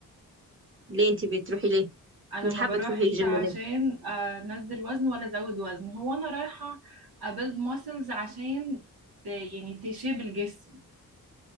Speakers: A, on the right; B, on the right.
A: ليه انتي بتروحي ليه
B: انا
A: انتي
B: ما
A: حابه
B: بروحش
A: تروحي الجيم
B: عشان
A: ليه
B: انزل وزن ولا ازود وزن هو انا رايحة ابيلد ماسلز عشان ت... يعني تشيب الجسم